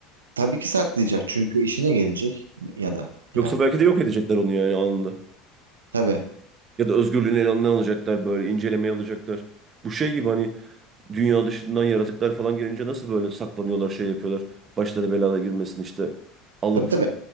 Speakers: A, on the right (about 85°); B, on the right (about 35°).
A: Tabii ki saklayacak çünkü işine gelecek ya da yani.
B: Yoksa belki de yok edecekler onu yani anında.
A: Tabii.
B: Ya da özgürlüğünü eline alacaklar böyle incelemeye alacaklar. Bu şey gibi hani dünya dışından yaratıklar falan gelince nasıl böyle saklanıyorlar şey yapıyorlar. Başları belada girmesin işte alıp
A: Tabii tabii.